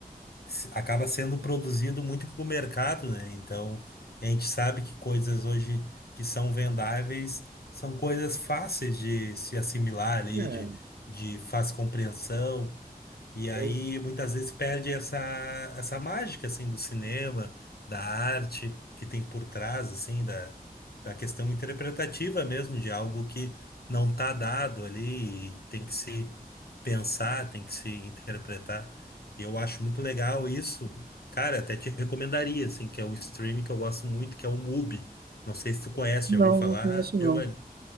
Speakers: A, on the left; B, on the right.
A: se- acaba sendo produzido muito para o mercado, né? Então, a gente sabe que coisas hoje que são vendáveis são coisas fáceis de se assimilar ali,
B: É,
A: de, de fácil compreensão. E aí
B: eu-
A: muitas vezes perde essa, essa mágica assim do cinema, da arte que tem por trás assim da, da questão interpretativa mesmo de algo que não está dado ali e tem que se pensar, tem que se interpretar. E eu acho muito legal isso. Cara, até te recomendaria assim, que é um streaming que eu gosto muito, que é o Mubi. Não sei se tu conhece,
B: não,
A: já ouviu falar,
B: não conheço não,
A: Giovanni?